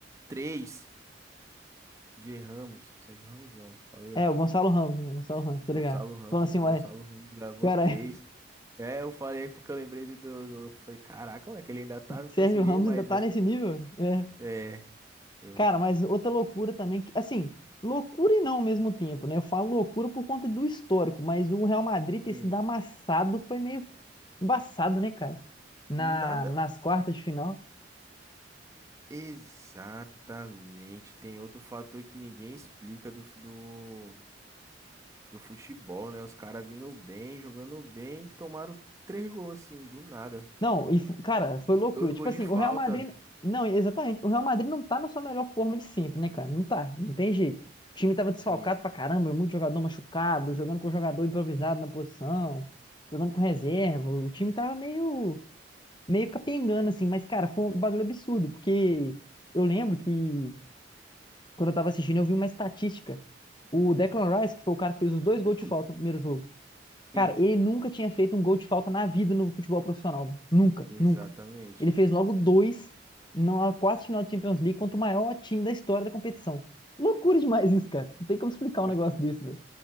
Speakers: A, on the right; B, on the left.
A: três. G Ramos. Sérgio Ramos não, falei errado.
B: É, o Gonçalo Ramos, né? Gonçalo Ramos, tô
A: Gonçalo
B: ligado.
A: Ramos.
B: Falando assim,
A: Gonçalo
B: ué,
A: Ramos gravou
B: cara,
A: três. É, eu falei porque eu lembrei do, do, do- eu Falei, caraca, como é que ele ainda
B: <laughs>
A: tá no
B: Sérgio
A: PSG,
B: Ramos
A: mas
B: ainda tá
A: né?
B: nesse nível? É.
A: É, eu.
B: Cara, mas outra loucura também, que, assim, loucura e não ao mesmo tempo, né? Eu falo loucura por conta do histórico, mas o Real Madrid ter
A: Hum.
B: sido amassado foi meio embaçado, né, cara? Na,
A: Nada.
B: nas quartas de final.
A: Exatamente. Tem outro fator que ninguém explica do, fu- do, do futebol, né? Os caras vindo bem, jogando bem, tomaram três gols, assim, do nada.
B: Não, e, fo- cara, foi loucura.
A: Dois
B: Tipo
A: gols
B: assim,
A: de falta.
B: o Real Madrid. Não, exatamente. O Real Madrid não tá na sua melhor forma de sempre, né, cara? Não tá, não tem jeito. O time tava desfalcado
A: Sim,
B: pra caramba, muito jogador machucado, jogando com jogador improvisado na posição, jogando com reserva. O time tava meio, meio capengando, assim. Mas, cara, foi um bagulho absurdo, porque eu lembro que quando eu tava assistindo, eu vi uma estatística. O Declan Rice, que foi o cara que fez os dois gols
A: <clears throat>
B: de falta no primeiro jogo.
A: sim,
B: Cara, ele nunca tinha feito um gol de falta na vida no futebol profissional. Nunca,
A: exatamente.
B: nunca. Ele fez logo dois na quase final da Champions League contra o maior time da história da competição. Loucura demais isso, cara. Não tem como explicar
A: Pre-
B: um negócio desse, velho.